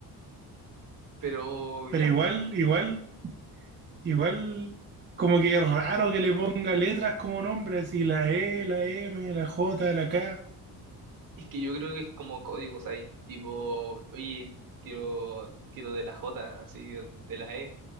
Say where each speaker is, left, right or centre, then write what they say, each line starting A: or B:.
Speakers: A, on the right (about 55°); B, on the right (about 30°).
A: Pero
B: Pero
A: ya,
B: igual,
A: pues,
B: igual Igual, como que es raro que le ponga letras como nombre, así la E, la M, la J, la K.
A: es que yo creo que es como códigos ahí. Tipo, oye, quiero, quiero de la J, así, de la E.